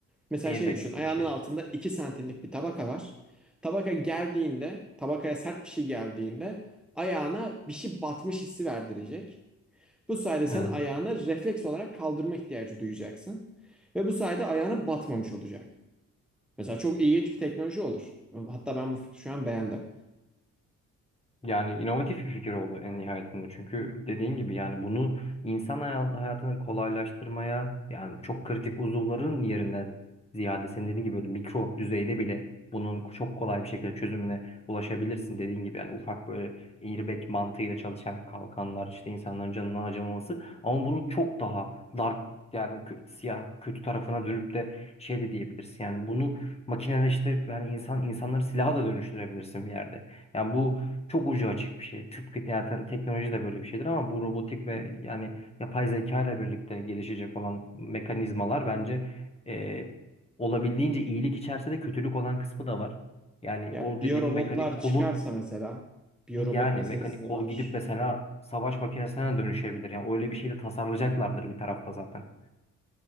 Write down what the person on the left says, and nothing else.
Airbag
gibi
bir şey.
Evet.
Yani inovatif bir fikir oldu en nihayetinde. Çünkü dediğin gibi yani bunu insan hayat- hayatını kolaylaştırmaya yani çok kritik uzuvların yerinden ziyade senin dediğin gibi böyle mikro düzeyde bile bunun çok kolay bir şekilde çözümüne ulaşabilirsin. Dediğin gibi yani ufak böyle airbag mantığıyla çalışan kalkanlar işte insanların canına acımaması ama bunun çok daha dark yani kö- siyah kötü tarafına dönüp de şey de diyebilirsin. Yani bunu makineleştirip yani insan insanları silaha da dönüştürebilirsin bir yerde. Yani bu çok ucu açık bir şey. Tıpkı zaten teknoloji de böyle bir şeydir ama bu robotik ve yani yapay zeka ile birlikte gelişecek olan mekanizmalar bence e, olabildiğince iyilik içerse de kötülük olan kısmı da var. Yani
o
dediğin mekanik kolun
yani
mekanik kol
gidip mesela savaş makinesine dönüşebilir. Yani öyle bir şeyle tasarlayacaklardır bir tarafta zaten.